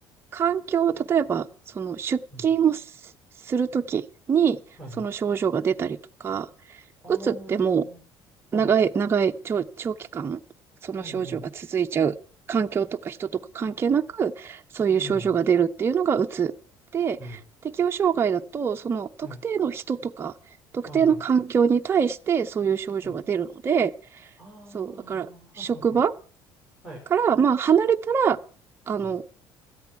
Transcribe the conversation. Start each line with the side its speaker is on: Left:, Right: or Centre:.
Right: 環境、例えば、その出勤をすするときに、
Centre: うん。はい、
Right: その症状が出たりとか、
Centre: はい。あ
Right: うつってもう
Centre: あ、
Right: 長い、
Centre: はい。
Right: 長い、長、長期間、その症状が続いちゃう。
Centre: うん、
Right: 環境とか人とか関係なく、そういう症状が出るっていうのがうつ。
Centre: うん、うん、
Right: で、
Centre: うん。
Right: 適応障害だと、その特定の人とか、
Centre: はい。
Right: 特定の環境に対してそういう症状が出るので、
Centre: ああ、はんはい。あ
Right: そう、だから、
Centre: あ、
Right: 職場
Centre: はい、はい、はい。はい。
Right: から、まあ、離れたら、あの、
Centre: うん。